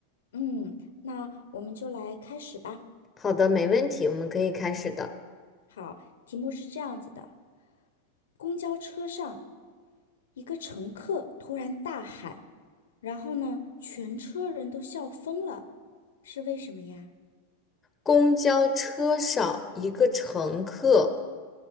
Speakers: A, on the left (about 85°); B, on the left (about 20°).
A: 嗯，那我们就来开始吧。
B: 好的，没问题，我们可以开始的。
A: 好，题目是这样子的：公交车上，一个乘客突然大喊，然后呢，全车人都笑疯了，是为什么呀？
B: 公交车上，一个乘客